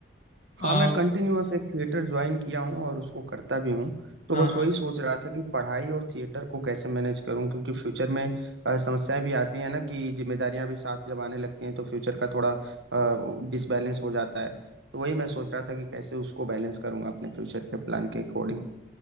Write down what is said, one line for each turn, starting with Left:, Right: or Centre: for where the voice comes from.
Left: आ,
Right: हाँ मैं कंटिन्यूअस एक थिएटर ज्वाइन किया हूँ और उसको करता भी हूँ तो
Left: हाँ
Right: बस
Left: हाँ
Right: वही सोच रहा था कि पढ़ाई और थिएटर को कैसे मैनेज करूँ क्योंकि फ्यूचर में अ, समस्याएं भी आती है ना कि जिम्मेदारियां भी साथ जब आने लगती हैं तो फ्यूचर का थोड़ा डिसबैलेंस हो जाता है तो वही मैं सोच रहा था कि कैसे उसको बैलेंस करूंगा अपने फ्यूचर के प्लान के अकॉर्डिंग